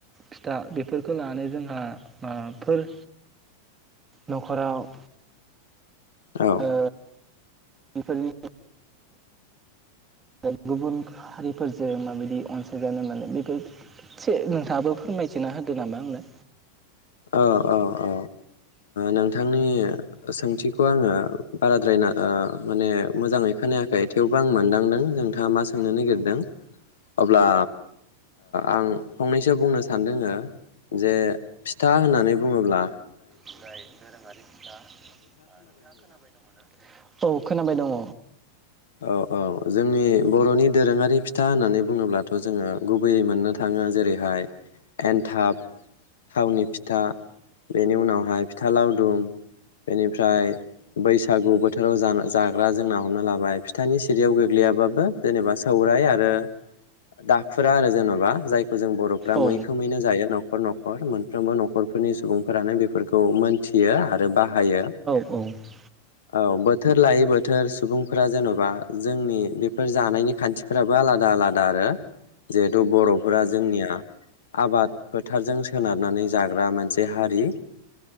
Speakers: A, on the right (about 15°); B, on the left (about 60°).
A: फिथा बेफोरखौ लानानै जोंहा माबाफोर न'खराव
B: औ
A: ओ बेफोरनि आरो गुबुन हारिफोरजों माबायदि अनसायजानो माने बेफोर एसे नोंथाङाबो फोरमायथिना होदो नामा आंनो
B: औ औ औ नोंथांनि सोंथिखौ आङो बाराद्रायना माने मोजाङै खोनायाखै थेवबो आं मोनदांदों नोंथाङा मा सोंनो नागिरदों अब्ला आं फंनैसो बुंनो सानदों जे फिथा होननानै बुङोब्ला
A: जाय दोरोङारि फिसा नोंथाङा खोनाबाय दङ ना औ खोनाबाय दङ
B: औ औ जोंनि बर'नि दोरोङारि फिथा होननानै बुङोब्लाथ' जोङो गुबैयै मोननो थाङो जेरैहाय एन्थाब थावनि फिथा बेनि उनावहाय फिथा लावदुम बेनिफ्राय बैसाग बैसागु बोथोराव ज जाग्रा जोंना हमना लाबाय फिथानि सिरियाव गोग्लैयाबाबो जेनेबा सौराय आरो दाखुरा आरो जेन'बा जायखौ जों बर'फ्रा
A: औ
B: मैखोमैनो जायो न'खर न'खर मोनफ्रोमबो न'खरफोरनि सुबुंफोरानो बेफोरखौ मोनथियो आरो बाहायो
A: जिहेथु
B: औ बोथोर लायै बोथोर सुबुंफोरा जेन'बा जोंनि बेफोर जानायनि खान्थि फोराबो आलादा आलादा आरो जिहेथु बर'फोरा जोंनिया आबाद फोथारजों सोनारनानै जाग्रा मोनसे हारि